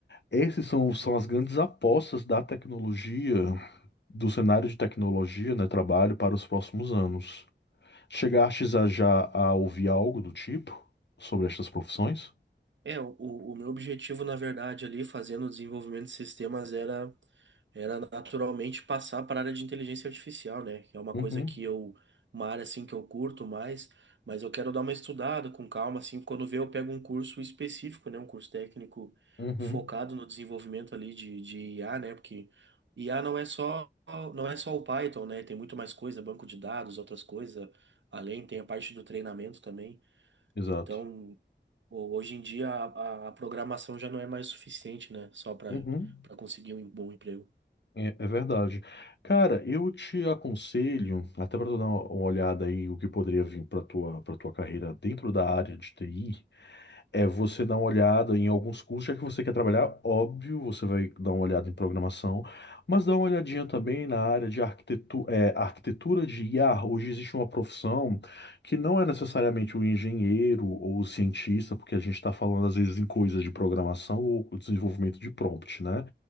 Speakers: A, on the left; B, on the right.
A: Esses são, são as grandes apostas da tecnologia, do cenário de tecnologia, né, trabalho para os próximos anos. Chegastes a já a ouvir algo do tipo sobre estas profissões?
B: É, o, o meu objetivo, na verdade, ali fazendo o desenvolvimento de sistemas era era naturalmente passar para a área de inteligência artificial, né? Que é uma
A: Uhum,
B: coisa que eu, uma área assim que eu curto mais, mas eu quero dar uma estudada com calma, assim, quando ver eu pego um curso específico, né? Um curso técnico
A: uhum.
B: focado no desenvolvimento ali de, de IA, né? Porque IA não é só, não é só o Python, né? Tem muito mais coisa, banco de dados, outras coisas, além tem a parte do treinamento também.
A: Exato.
B: Então, ho- hoje em dia a, a a programação já não é mais suficiente, né? Só para
A: Uhum.
B: para conseguir um bom emprego.
A: É, é verdade. Cara, eu te aconselho, até para tu dar uma uma olhada aí o que poderia vir para tua para tua carreira dentro da área de TI. É você dar uma olhada em alguns cursos, já que você quer trabalhar, óbvio, você vai dar uma olhada em programação, mas dá uma olhadinha também na área de arquitetu é, arquitetura de IA. Hoje existe uma profissão que não é necessariamente o engenheiro ou o cientista, porque a gente está falando às vezes em coisas de programação ou desenvolvimento de prompt, né?